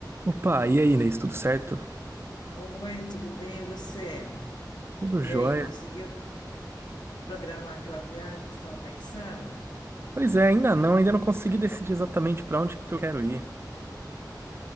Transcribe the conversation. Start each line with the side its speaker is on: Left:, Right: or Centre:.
Right: Opa, e aí, Inês, tudo certo?
Left: Oi, tudo bem? E você?
Right: Tudo
Left: E
Right: jóia?
Left: aí, conseguiu programar aquela viagem que você estava pensando?
Right: Pois é, ainda não, ainda não consegui decidir exatamente pra onde que eu quero ir.